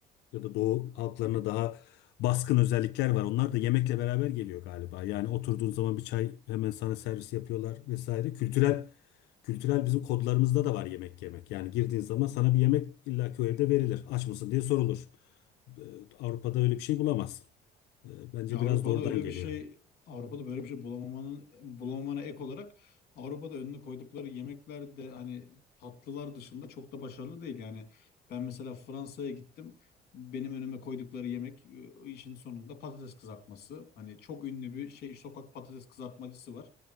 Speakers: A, on the left; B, on the left.
A: ya da Doğu halklarına daha baskın özellikler var. Onlar da yemekle beraber geliyor galiba. Yani oturduğun zaman bir çay hemen sana servis yapıyorlar vesaire. Kültürel Kültürel bizim kodlarımızda da var yemek yemek. Yani girdiğin zaman sana bir yemek illaki o evde verilir. Aç mısın diye sorulur. Ee, Avrupa'da öyle bir şey bulamazsın. Ee, Bence
B: Ya Avrupa'da
A: biraz da oradan
B: öyle
A: geliyor.
B: bir şey, Avrupa'da böyle bir şey bulamamanın bulamamana ek olarak Avrupa'da önüne koydukları yemekler de hani tatlılar dışında çok da başarılı değil. Yani ben mesela Fransa'ya gittim. Benim önüme koydukları yemek e, işin sonunda patates kızartması. Hani çok ünlü bir şey sokak patates kızartmacısı var.